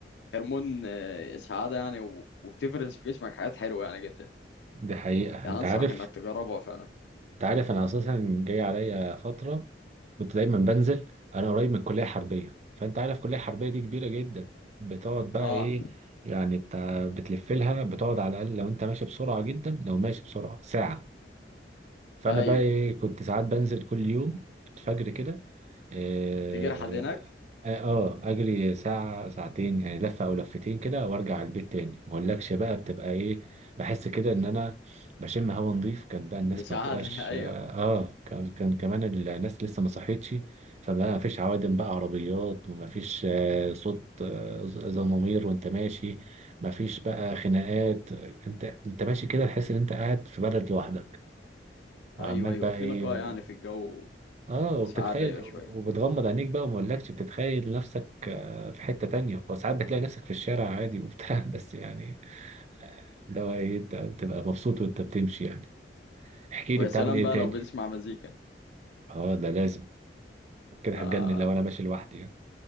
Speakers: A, on the left; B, on the right.
A: هرمون آه، سعاده يعني و- وبتفرز في جسمك حاجات حلوه يعني جدا
B: دي حقيقه انت
A: يعني انصحك
B: عارف
A: انك تجربها فعلا
B: انت عارف انا اساسا جاي عليا فتره كنت دايما بنزل انا قريب من الكليه الحربيه فانت عارف الكليه الحربيه دي كبيره جدا بتقعد بقى
A: اه
B: ايه يعني بتاع بتلف لها بتقعد على الاقل لو انت ماشي بسرعه جدا لو ماشي بسرعه ساعه فانا
A: ايوه
B: بقى ايه كنت ساعات بنزل كل يوم الفجر كده اه
A: تيجي رحلة هناك
B: آه، آه، اجري ساعة ساعتين يعني لفة او لفتين كده وارجع على البيت تاني ما اقولكش بقى بتبقى ايه بحس كده ان انا بشم هوا نظيف كان بقى الناس
A: بسعادة
B: ما بتبقاش
A: <laughs> ايوه
B: اه آه، كان كان كمان الناس لسه ما صحتش فبقى ما فيش عوادم بقى عربيات وما فيش آه، صوت آه، ز- زمامير وانت ماشي ما فيش بقى خناقات انت انت ماشي كده تحس ان انت قاعد في بلد لوحدك وعمال
A: ايوه ايوه
B: بقى
A: في
B: ايه
A: نقاء يعني في الجو
B: اه وبتتخيل
A: وسعادة ايوه
B: وبتغمض
A: شوية
B: عينيك بقى وما اقولكش بتتخيل نفسك آه، في حتة تانية وساعات بتلاقي نفسك في الشارع عادي وبتاع <laughs> بس يعني آه، اللي هو ايه انت بتبقى مبسوط وانت بتمشي يعني احكي لي
A: ويا
B: بتعمل
A: سلام
B: ايه
A: بقى
B: تاني
A: لو بتسمع مزيكا
B: اه ده لازم كده
A: آه.
B: هتجنن لو انا ماشي لوحدي يعني